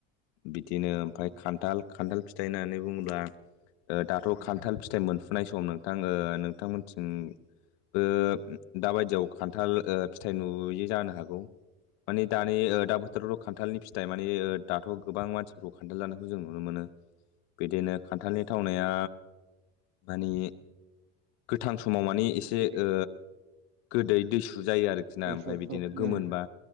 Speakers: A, on the left; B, on the right.
A: बिदिनो ओमफाय
B: उम
A: खान्थाल खान्थाल फिथाइ होननानै बुङोब्ला ओ दाथ' खान्थाल फिथाइ मोनफुनाय सम नोंथां ओ नोंथांमोनथिं बो दाबायदियाव खान्थाल ओ फिथाइ नुयो जानो हागौ। मानि दानि ओ दा बोथोराव र' खान्थालनि फिथाइ मानि दाथ' गोबां मानसिफोरखौ खान्थाल जानायखौ जों नुनो मोनो। बिदिनो खान्थालनि थावनाया मानि गोथां समाव मानि एसे
B: गोदै
A: ओ गोदै दैसु जायो आरो खिना
B: दै
A: ओमफाय
B: सब
A: बिदिनो
B: सब उम
A: गोमोनबा